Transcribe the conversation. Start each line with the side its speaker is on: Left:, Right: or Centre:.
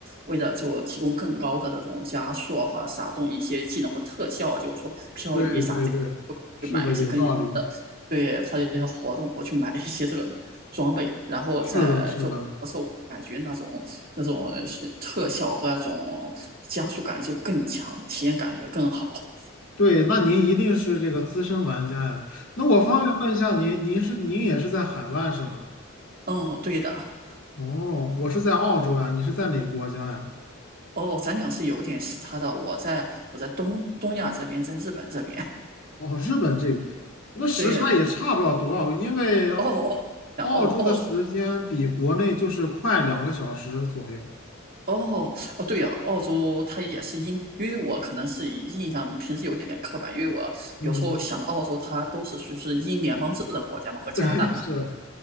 Right: 为了就提供更高的这种加速啊，或者撒动一些技能或特效啊，就是说漂移啥这个会买一些根据它的对它的一些活动，
Left: 对对对，是的，有道理。
Right: 我去买一些这个装备，然后再就受感觉那种那种特效和那种加速感就更强，
Left: 是的，是的，
Right: 体验感也更好。
Left: 对。那您一定是这个资深玩家呀。那我方便问一下您，您是您也是在海外是吗？
Right: 嗯，对的。
Left: 哦，我是在澳洲呀，你是在哪个国家呀？
Right: 哦，咱俩是有点时差的。我在我在东东亚这边，在日本这边。
Left: 哦，日本这那时差也差不了多少，
Right: 对，
Left: 因为澳
Right: 哦哦哦哦，
Left: 澳洲的时间比国内就是快两个小时左右。
Right: 哦哦哦哦，对呀、澳洲它也是因，因为我可能是印象平时有点刻板，因为我有时候想到澳洲，
Left: 嗯，
Right: 它都是属于是英联邦制的国家嘛，和加拿大和英国
Left: 对，是，